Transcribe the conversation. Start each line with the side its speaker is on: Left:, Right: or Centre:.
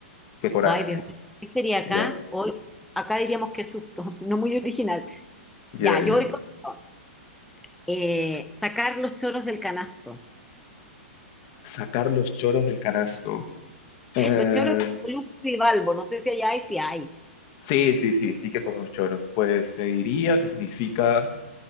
Left: qué coraje.
Centre: Ay, Dios mío. ¿Qué sería acá?
Left: Ya,
Centre: Hoy, acá diríamos qué susto, <laughs> no muy original.
Left: ya,
Centre: Ya,
Left: ya.
Centre: yo voy con eh, sacar los choros del canasto.
Left: Sacar los choros del canasto. Eh,
Centre: Los choros de Luz y Balbo, no sé si allá hay, si hay.
Left: sí, sí, sí, sí que con los choros. Pues te diría que significa